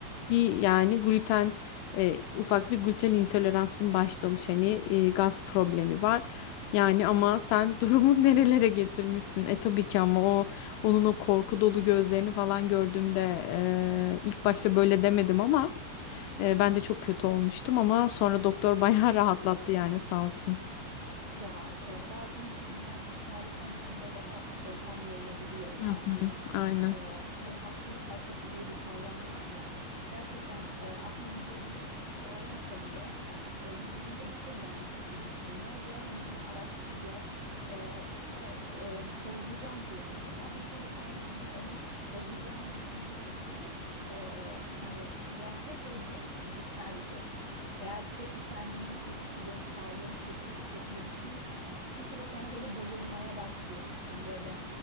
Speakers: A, on the left; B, on the right.
A: bir yani gluten e, ufak bir gluten intoleransın başlamış hani e, gaz problemi var. Yani ama sen <laughs> durumu nerelere getirmişsin? E tabii ki ama o onun o korku dolu gözlerini falan gördüğümde e, ilk başta böyle demedim ama e, ben de çok kötü olmuştum ama sonra doktor <laughs> bayağı rahatlattı yani sağ olsun.
B: Ya e, bazı insanlar bu sağlık konusunda daha evhamlı olabiliyor ya.
A: Hı hı.
B: Hani
A: Aynen.
B: e, hani hastalık hastası diye bir kavram var ya. Gerçekten e, aslında vücudunda hiçbir şey olmasa bile e, vücudunda bir şey varmış gibi düşünüyor ve hani bunu araştırıyor. E, işte e, bayılacağım diyor mesela. Bir süre sonra zihni onun bayılacağını düşündüğü için e, hani bu aslında şey bir şeymiş, fiziksel bir şeymiş. Eğer sürekli kendimi kötü hissediyorum, sağlığım kötü şeklinde düşünürsen bir süre sonra böyle bayılmaya başlıyormuşsun. Böyle